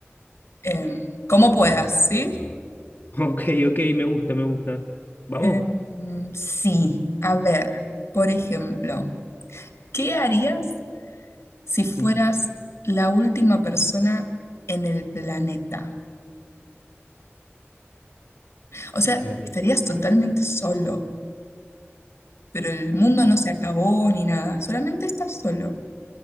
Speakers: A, on the left; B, on the left.
A: em, como puedas, ¿sí?
B: Ok, ok, me gusta, me gusta. Vamos.
A: Em, sí, a ver, por ejemplo, ¿qué harías si fueras
B: Mm,
A: la última persona en el planeta? O sea,
B: ¿Qué haré?
A: estarías totalmente solo. pero el mundo
B: Ok.
A: no se acabó ni nada, solamente estás solo.